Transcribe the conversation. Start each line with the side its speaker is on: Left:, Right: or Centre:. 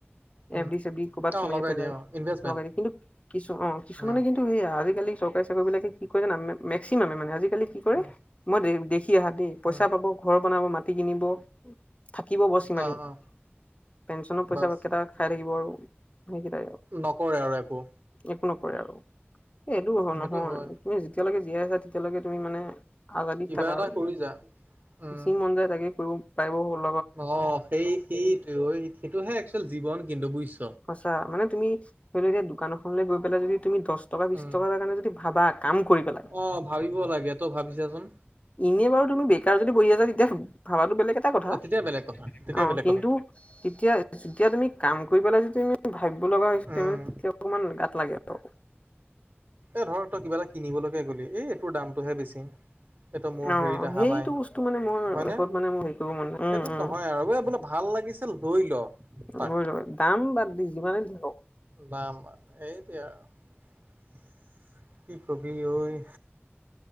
Right: উম
Left: এফ ডি চেফ দি কৰ'বাত
Right: অ
Left: সুমিয়াই
Right: লগাই
Left: থৈ
Right: দিয়া
Left: যায়।
Right: অ ইনভেষ্টমেণ্ট
Left: লগাই দিয়ে ও কিন্তু কিছু অ কিছুমানে
Right: উম
Left: কিন্তু সেয়া আজিকালি চৰকাৰী চাকৰিবিলাকে কি কৰে মেক্সিমানে আজিকালি কি কৰে
Right: উম
Left: মই দেখিছোঁ কি আহাদে পইচা
Right: উম
Left: পাব ঘৰ বনাব মাটি কিনিব থাকিব বছ সিমানেই
Right: অ অ
Left: পেঞ্চনৰ পইচা
Right: বাছ
Left: কেইট খাই থাকিব আৰু সেইকেইটাই
Right: নকৰে আৰু একো।
Left: একো নকৰে আৰু, এই এইটো
Right: সেইটো
Left: নহয়
Right: হয়
Left: তুমি যেতিয়ালৈকে জীয়াই আছা তেতিয়ালৈকে তুমি মানে আজাদিত
Right: কিবা
Left: থকা
Right: এটা
Left: আৰু,
Right: কৰি যা উম
Left: যি মন যায় তাকে কৰিব পাৰিব হ'ল
Right: অ', সেই সেইটোৱে সেইটোহে এক্সুয়েল জীৱন কিন্তু বুজিছ
Left: সঁচা মানে, তুমি ধৰি লও এতি দোকান এখনৈ গৈ পেলাই যদি তুমি, দশ টকা, বিশ
Right: উম
Left: টকাৰ, কাৰণে যদি ভাবা কাম কৰি পেলাই
Right: অ', ভাবিব লাগে তই ভাবিছাচোন
Left: এনে বাৰু তুমি বেকাৰ যদি তেতিয়া ভাবাটো বেলেগ এটা কথা,
Right: অ', তেতিয়া বেলেগ কথা তেতিয়া
Left: অ',
Right: বেলেগ
Left: কিন্তু
Right: কথা।
Left: তেতিয়া তেতিয়া তুমি কাম কৰি পেলাই যদি তুমি ভাবিব লগা হৈছে
Right: উম,
Left: তেতিয়া অকমান গাত লাগে আৰু
Right: এ ধৰ তই কিবা এটা কিনিবলৈকে গ'লি, এই এইটোৰ দামটোহে বেছি এইটো মোৰ
Left: অ
Right: হেৰিত অহা
Left: সেইটো
Right: নাই,
Left: বস্তু মানে মোৰ
Right: হয়নে
Left: লাইফত
Right: সেইটোত
Left: মানে মোৰ হেৰি কৰিব মন নাই উম উম
Right: নহয় আৰু বোলে ভাল লাগিছিল লই ল তাক
Left: লৈ লয় দাম বাদ দি যিমানেই ধৰক
Right: দাম, এইটোৱে আৰু কি কবি ঐ